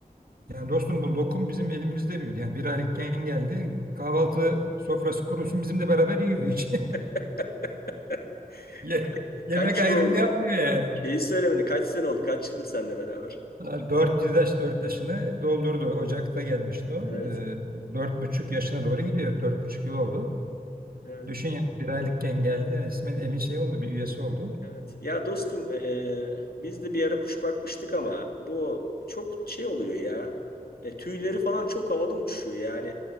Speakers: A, on the right; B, on the left.
A: Yani dostum bu lokum bizim elimizde büyüdü. Yani bir aylıkken geldi. Kahvaltı sofrası kurusun bizimle beraber yiyor hiç.
B: <laughs>
A: <laughs> Ye- Yemek
B: Kaç yıl
A: ayrımı
B: oldu?
A: yapmıyor yani.
B: Şeyi söylemedin. Kaç sene oldu? Kaç yıldır seninle beraber?
A: Ee, Dört yaş 4 yaşını doldurdu. Ocak'ta gelmişti o.
B: Evet,
A: Ee, Dört buçuk yaşına doğru gidiyor. Dört buçuk yıl oldu.
B: evet.
A: Düşün yani bir aylıkken geldi. Ya, resmen evin şey oldu bir üyesi oldu.
B: Evet. Ya dostum e, biz de bir ara kuş bakmıştık ama bu çok şey oluyor ya. E, tüyleri falan çok havada uçuşuyor yani.